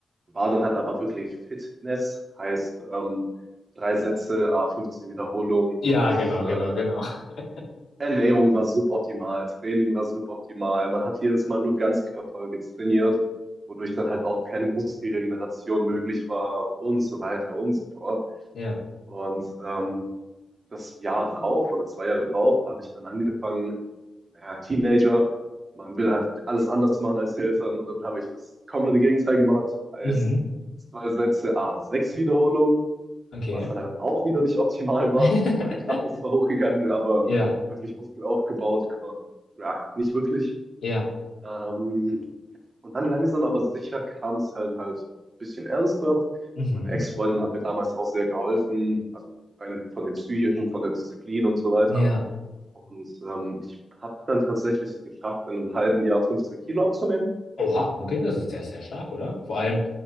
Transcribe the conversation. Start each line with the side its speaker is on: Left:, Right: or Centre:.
Right: war dann halt aber wirklich Fitness, heißt ähm, drei Sätze, a 15 Wiederholungen
Left: Ja,
Right: und
Left: genau,
Right: äh,
Left: genau, genau. <laughs>
Right: Ernährung war suboptimal, Training war suboptimal. Man hat jedes Mal nur Ganzkörper getrainiert, wodurch dann halt auch keine Muskelregeneration möglich war und so weiter und so fort.
Left: Ja.
Right: Und ähm, das Jahr drauf oder zwei Jahre drauf habe ich dann angefangen, ja, Teenager, man will halt alles anders machen als die Eltern und dann habe ich das komplette Gegenteil gemacht. Heißt,
Left: Mhm.
Right: zwei Sätze, ah, sechs Wiederholungen,
Left: Okay.
Right: was dann halt auch wieder nicht optimal war.
Left: <laughs>
Right: Meine Kraft ist zwar hochgegangen, aber
Left: Ja.
Right: wirklich Muskel aufgebaut, ko- ja, nicht wirklich.
Left: Ja.
Right: Ähm, und dann langsam aber sicher kam es halt halt ein bisschen ernster.
Left: Mhm.
Right: Meine Ex-Freundin hat mir damals auch sehr geholfen, also rein von dem Psychischen, von der Disziplin und so weiter.
Left: Ja.
Right: Und ähm, ich habe dann tatsächlich es geschafft, in einem halben Jahr 15 Kilo abzunehmen.
Left: Oha, okay, das ist sehr, sehr stark, oder? Vor allem,